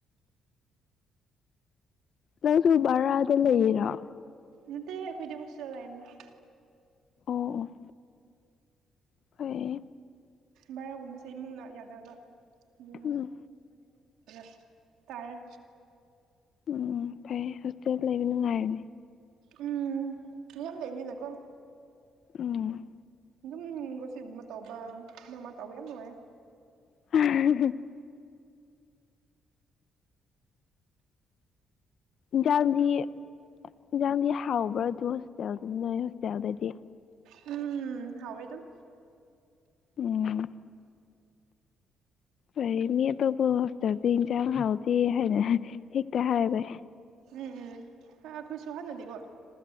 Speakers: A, on the left; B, on the right.
A: ꯅꯪꯁꯨ ꯕꯔꯥꯗ ꯂꯩꯌꯤꯔꯣ
B: ꯅꯠꯇꯦ ꯑꯩꯈꯣꯏꯗꯤ ꯍꯣꯁꯇꯦꯜ ꯂꯩꯕꯅꯤ
A: ꯑꯣ ꯑꯣ ꯍꯣꯏ
B: ꯚꯔꯥꯒꯨꯝꯕꯁꯦ ꯏꯃꯨꯡꯅ ꯌꯥꯗꯕ ꯑꯗꯨꯅ
A: ꯎꯝ
B: <unintelligible> <unintelligible> ꯇꯥꯔꯦ
A: ꯎꯝ ꯐꯩ ꯍꯣꯁꯇꯦꯜ ꯂꯩꯕ ꯅꯨꯡꯉꯥꯏꯕꯅꯤ
B: ꯎꯝ ꯃꯤꯌꯥꯝ ꯂꯩꯕꯅꯤꯅꯀꯣ
A: ꯎꯝ
B: ꯑꯗꯨꯝ ꯒꯣꯁꯤꯒꯨꯝꯕ ꯇꯧꯕ ꯑꯃ ꯑꯃ ꯇꯧꯕ ꯌꯥꯝ ꯅꯨꯡꯉꯥꯏ
A: <unintelligible> ꯏꯟꯖꯥꯡꯗꯤ ꯏꯟꯖꯥꯡꯗꯤ ꯍꯥꯎꯕ꯭ꯔꯥ ꯑꯗꯨ ꯍꯣꯁꯇꯦꯜꯗ ꯅꯣꯏ ꯍꯣꯁꯇꯦꯜꯗꯗꯤ
B: ꯎꯝ ꯎꯝ ꯍꯥꯎꯏ ꯑꯗꯨꯝ
A: ꯎꯝ ꯑꯩꯩ ꯃꯤ ꯑꯇꯣꯞꯄ ꯍꯣꯁꯄꯤꯇꯦꯜꯗꯤ ꯏꯟꯖꯥꯡ ꯍꯥꯎꯇꯦ ꯍꯥꯏꯅ ꯍꯦꯛꯇ ꯍꯥꯏꯕ
B: ꯎꯝ ꯎꯝ ꯍꯣꯏ ꯑꯩꯈꯣꯏꯁꯨ ꯍꯥꯟꯅꯗꯤꯀꯣ